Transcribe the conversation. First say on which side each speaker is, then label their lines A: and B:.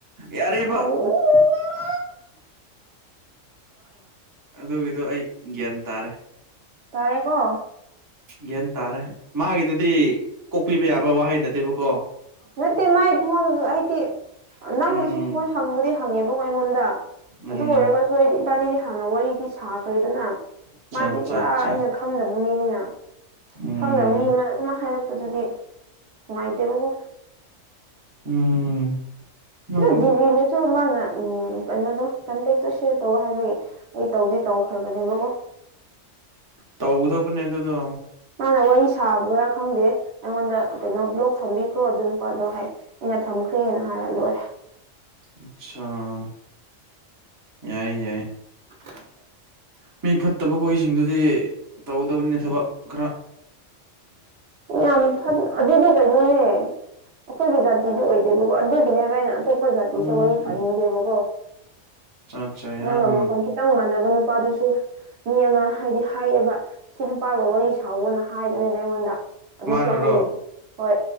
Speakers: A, on the right; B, on the right.
A: ꯍ
B: ꯌꯥꯔꯦꯕ ꯑꯗꯨꯒꯤꯗꯣ ꯑꯩ ꯒ꯭ꯌꯥꯟ ꯇꯥꯔꯦ
A: ꯇꯥꯔꯦꯀꯣ
B: ꯒ꯭ꯌꯥꯟ ꯇꯥꯔꯦ ꯃꯥꯒꯤꯗꯨꯗꯤ ꯀꯣꯛꯄꯤꯕ ꯌꯥꯕ ꯋꯥꯍꯩ ꯅꯠꯇꯦꯕꯀꯣ
A: ꯅꯠꯇꯦ ꯃꯥꯏ ꯈꯍꯪꯗ ꯑꯩꯗꯤ ꯅꯪꯅꯁꯨ
B: ꯎꯝ
A: ꯍꯣꯏ ꯍꯪꯕꯨꯗꯤ ꯍꯪꯉꯦꯕꯀꯣ ꯑꯩꯉꯣꯟꯗ
B: ꯎꯝ
A: ꯑꯗꯨ ꯑꯣꯏꯔꯒꯁꯨꯗꯤ ꯏꯕꯥꯅꯤꯗꯤ ꯍꯥꯟꯅ ꯋꯥꯔꯤꯗꯤ ꯁꯥꯈ꯭ꯔꯦꯗꯅ
B: ꯑꯆꯥ
A: ꯃꯥꯗꯤ
B: ꯑꯆꯥ
A: ꯄꯨꯔꯥ
B: ꯑꯆꯥ
A: ꯑꯩꯅ ꯈꯪꯗꯕ ꯃꯤꯅꯤꯅ
B: ꯎꯝ
A: ꯈꯪꯗꯕ ꯃꯤ ꯑꯃ ꯑꯗꯨꯃ ꯍꯥꯏꯔꯛꯄꯗꯨꯗꯤ ꯅꯨꯡꯉꯥꯏꯇꯦꯕꯀꯣ
B: ꯎꯝ ꯅꯪ
A: ꯑ ꯗꯤꯕꯤꯅꯁꯨ ꯃꯥꯅ ꯎ ꯀꯩꯅꯣꯗꯣ ꯀꯟꯇꯦꯛꯇꯣ ꯁꯦꯌꯔ ꯇꯧ ꯍꯥꯏꯕꯒꯤ ꯑꯩ ꯇꯧꯗꯤ ꯇꯧꯈ꯭ꯔꯕꯅꯦꯕꯀꯣ
B: ꯇꯧꯒꯗꯕꯅꯦ ꯑꯗꯨꯗꯣ
A: ꯃꯥꯅ ꯋꯥꯔꯤ ꯁꯥꯕ꯭ꯔꯥ ꯈꯪꯗꯦ ꯑꯩꯉꯣꯟꯗ ꯀꯩꯅꯣ ꯕ꯭ꯂꯣꯛ ꯊꯝꯕꯤꯈ꯭ꯔꯣ ꯑꯗꯨ ꯅꯨꯄꯥꯗꯣ ꯍꯥꯏ ꯑꯩꯅ ꯊꯝꯈ꯭ꯔꯦꯅ ꯍꯥꯏꯔ ꯂꯣꯏꯔꯦ
B: ꯑꯆꯥꯥ ꯌꯥꯏ ꯌꯥꯏ
A: <inaudible>
B: ꯃꯤ ꯐꯠꯇꯕ ꯈꯈꯣꯏꯁꯤꯡꯗꯨꯗꯤ ꯇꯧꯒꯗꯕꯅꯤ ꯊꯕꯛ ꯈꯔ
A: ꯌꯥꯝ ꯐ ꯑꯗꯨꯗꯤ ꯀꯩꯅꯣꯅꯦ ꯑꯈꯣꯏꯒꯤ ꯖꯥꯇꯤꯗꯤ ꯑꯣꯏꯗꯦꯕꯀꯣ ꯑꯗꯨꯒꯤꯅꯦꯕ ꯑꯩꯅ꯫ ꯑꯇꯣꯞꯄ ꯖꯥꯇꯤꯁꯦ
B: ꯑꯆꯥ
A: ꯋꯥꯔꯤ ꯐꯥꯅꯤꯡꯗꯦꯕꯀꯣ
B: ꯑꯠꯆꯥ ꯌꯥꯝ
A: ꯅꯪ ꯑꯃꯣꯟ ꯈꯤꯇꯪ ꯃꯥꯟꯅꯕ ꯅꯨꯄꯥꯗꯨꯁꯨ ꯃꯤ ꯑꯃ ꯍꯥꯏꯗꯤ ꯍꯥꯏꯌꯦꯕ ꯁꯤ ꯅꯨꯄꯥꯒ ꯋꯥꯔꯤ ꯁꯥꯎꯋꯅ ꯍꯥꯏꯕꯅꯦꯕ ꯑꯩꯉꯣꯟꯗ ꯑꯗꯨꯁꯨ
B: ꯃꯥꯅꯔꯣ
A: ꯑꯩꯈꯣꯏꯒꯤ ꯍꯣꯏ